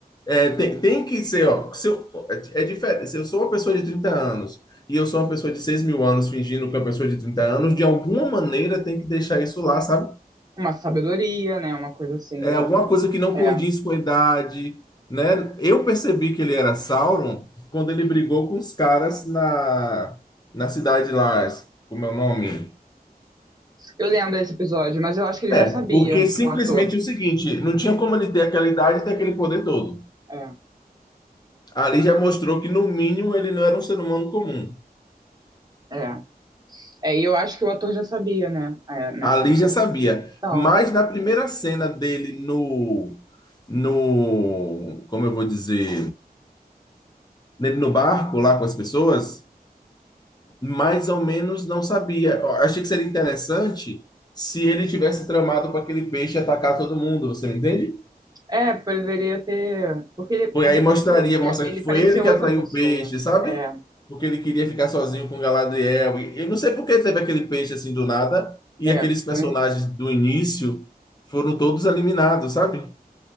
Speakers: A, on the left; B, on the right.
A: É, tem, tem que ser, ó. Se eu, é é diferente. Se eu sou uma pessoa de 30 anos e eu sou uma pessoa de seis mil anos fingindo que é uma pessoa de 30 anos, de alguma maneira tem que deixar isso lá, sabe?
B: Uma sabedoria, né? Uma coisa assim,
A: É
B: de
A: alguma
B: repente.
A: coisa que não
B: É.
A: condiz com a idade, né? Eu percebi que ele era Sauron quando ele brigou com os caras na, na cidade lá, como é o nome?
B: Eu lembro desse episódio, mas eu acho que ele
A: É,
B: já sabia,
A: porque simplesmente
B: o ator.
A: é o seguinte, não tinha como ele ter aquela idade e ter aquele poder todo.
B: É,
A: Ali já mostrou que, no mínimo, ele não era um ser humano comum.
B: é. É, e eu acho que o ator já sabia, né? É, nessa
A: Ali
B: altura.
A: já sabia.
B: Então.
A: Mas na primeira
B: É,
A: cena dele no, no, como eu vou dizer, nele no barco lá com as pessoas, mais ou menos não sabia. Eu achei que seria interessante se ele tivesse tramado para aquele peixe atacar todo mundo, você me entende?
B: É, poderia ter. Porque ele,
A: Foi
B: na
A: aí
B: verdade,
A: mostraria,
B: é,
A: mostra
B: ele
A: que foi
B: parecia
A: ele que
B: outra
A: atraiu
B: pessoa.
A: o peixe,
B: né?
A: sabe?
B: É.
A: Porque ele queria ficar sozinho com Galadriel. E eu não sei por que teve aquele peixe assim do nada e
B: É,
A: aqueles
B: isso
A: personagens
B: também-
A: do início foram todos eliminados, sabe?